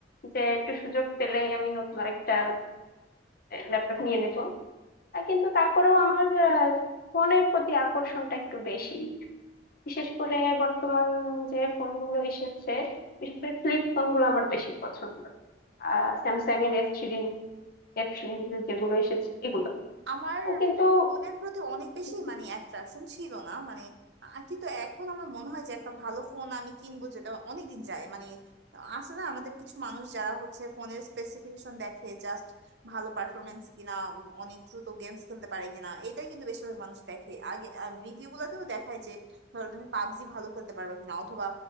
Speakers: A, on the left; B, on the right.
A: যে একটু সুযোগ পেলেই আমি নতুন একটা ল্যাপটপ নিয়ে নেব আহ, কিন্তু তারপরেও আমার ফোনের প্রতি আকর্ষণটা একটু বেশি বিশেষ করে বর্তমান যে ফোনগুলো এসেছে বিশেষ করে ফ্লিপ ফোনগুলো আমার বেশি পছন্দ আহ স্যামসাং এর এস সিরিজ এফ সিরিজ যেগুলো এসেছে এগুলো
B: আমার
A: কিন্তু
B: ফোনের প্রতি অনেক বেশি
A: হ্যাঁ,
B: মানে অ্যাট্রাকশন ছিল না মানে আ- কিন্তু এখন আমার মনে হয় যে একটা ভালো ফোন আমি কিনবো যেটা অনেকদিন যায় মানে আছে না আমাদের কিছু মানুষ যারা হচ্ছে ফোনের স্পেসিফিকেশন দেখে জাস্ট ভালো পারফরমেন্স কিনা উম, অনেক দ্রুত গেমস খেলতে পারে কিনা এটাই কিন্তু বেশিরভাগ মানুষ দেখে আগে রিভিউ গুলাতেও দেখায় যে ধরো তুমি পাবজি ভালো খেলতে পারবে কিনা অথবা